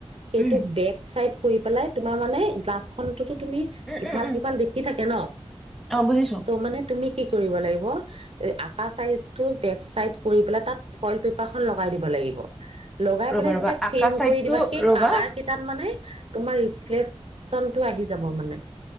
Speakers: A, on the right; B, in the centre.
A: সেইটো
B: উম
A: বেক চাইড কৰি পেলাই তোমাৰ মানে গ্লাছখন তো তুমি
B: উম
A: ইফাল
B: উম উম
A: সিফাল দেখি থাকে ন'
B: অ বুজিছো
A: ত' মানে তুমি কি কৰিব লাগিব আকাঁ চাইটো বেক চাইড কৰি পেলাই তাত ফইল পেপাৰ খন লগাই দিব লাগিব। অ'। লগাই
B: ৰবা
A: পেলাই
B: ৰবা
A: যেতিয়া
B: আকা
A: ফেম
B: চাইডটো
A: কৰি দিবা সেই
B: ৰবা
A: কালাৰ কেইটাত মানে তোমাৰ ৰিলেচন টো আহি যাব মানে।